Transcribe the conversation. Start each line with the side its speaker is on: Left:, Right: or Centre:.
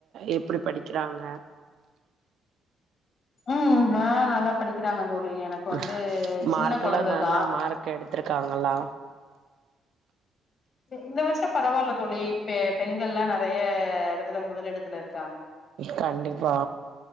Right: எப்படி படிக்கிறாங்க
Left: உம் ஹா நல்லா படிக்கிறாங்க தோழி எனக்கு
Right: ஹ
Left: வந்து
Right: மார்க்
Left: சின்ன கொழந்ததா
Right: எல்லாம் நல்லா மார்க் எடுத்திருக்காங்களா
Left: இந்த வருஷம் பரவாயில்ல தோழி இப்ப பெண்கள் எல்லா நெறைய இடத்துல முதல் இடத்துல இருக்
Right: கண்டிப்பா